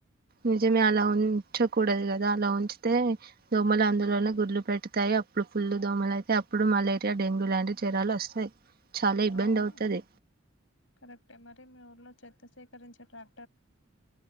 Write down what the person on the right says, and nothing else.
నిజమే అలా ఉంచకూడదు కదా అలా ఉంచితే దోమలు అందులోనే గుడ్లు పెడతాయి అప్పుడు ఫుల్ దోమలు అయితే అప్పుడు మలేరియా డెంగ్యూ లాంటి జరాలు వస్తాయి చాలా ఇబ్బంది
అవుతది